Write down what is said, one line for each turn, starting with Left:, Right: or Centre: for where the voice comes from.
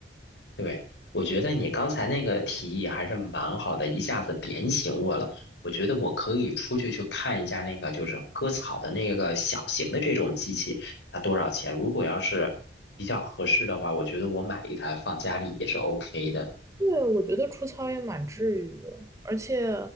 Left: 对，我觉得你刚才那个提议还是蛮好的，一下子点醒我了。我觉得我可以出去去看一下那个就是割草的那个小型的这种机器，它多少钱？如果要是比较合适的话，我觉得我买一台放家里也是 OK 的。
Right: 对，我觉得除草也蛮治愈的，而且